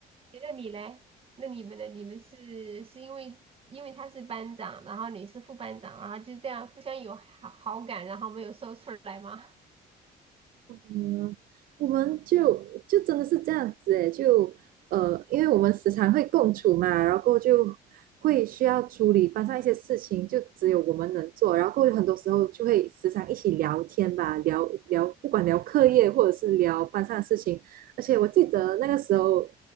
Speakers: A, on the right (about 35°); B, on the right (about 55°).
A: 诶那你嘞？那你们呢？你们是是因为因为他是班长，然后你是副班长，然后就这样互相有好好感，然后没有说出来吗？
B: 嗯，我们就就真的是这样子诶，就呃，因为我们时常会共处嘛，然后就会需要处理班上一些事情，就只有我们能做，然后很多时候就会时常一起聊天吧，聊聊不管聊课业或者是聊班上的事情，而且我记得那个时候，